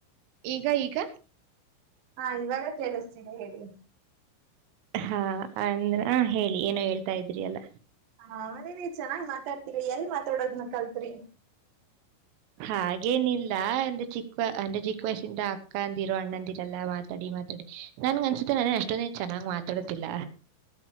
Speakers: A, on the right; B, on the right.
A: ಈಗ ಈಗ
B: ಹಾ ಇವಾಗ ಕೇಳಿಸ್ತೀನಿ ಹೇಳಿ
A: ಹಾ ಅಂದ್ರ ಆ ಹೇಳಿ ಏನೋ ಹೇಳ್ತಾ ಇದ್ರಿ ಅಲ್ಲ
B: ಹ ಮತ್ತೆ ನೀವ ಚೆನ್ನಾಗ್ ಮಾತಾಡ್ತಿರಿ ಎಲ್ ಮಾತಾಡೋದ್ನ ಕಲ್ತ್ರಿ
A: ಹಾಗೇನಿಲ್ಲ ಅಂದ್ರೆ ಚಿಕ್ಕ ಅಂದಜ್ಕ ವಯಸಿಂದ ಅಕ್ಕ ಅಂದಿರೋ ಅಣ್ಣಂದಿರಲ್ಲ ಮಾತಾಡಿ ಮಾತಾಡಿ ನನ್ ಅನ್ಸುತ್ತೆ ನನ ಅಷ್ಟೊ ಚೆನ್ನ ನಂ ಮಾತಾಡತಿಿಲ್ಲ